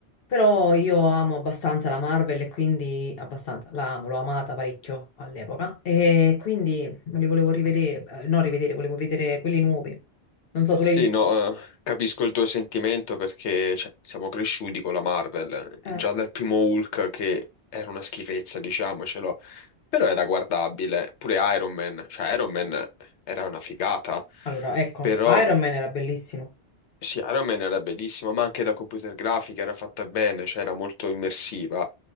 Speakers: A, on the left (about 60°); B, on the left (about 80°).
A: però io amo abbastanza la Marvel e quindi abbastanza, la amo, l'ho amata parecchio all'epoca e quindi me li volevo rivedere, eh, no rivedere, volevo vedere quelli nuovi. Non so, tu
B: Sì,
A: li hai visti?
B: no, eh, capisco il tuo sentimento perché cioè, siamo cresciuti con la Marvel, già
A: Eh,
B: dal primo Hulk che era una schifezza, diciamocelo, però era guardabile, pure Iron Man, cioè Iron Man era una figata,
A: allora, ecco,
B: però
A: Iron Man era bellissimo.
B: sì, Iron Man era bellissima, ma anche la computer grafica era fatta bene, cioè era molto immersiva.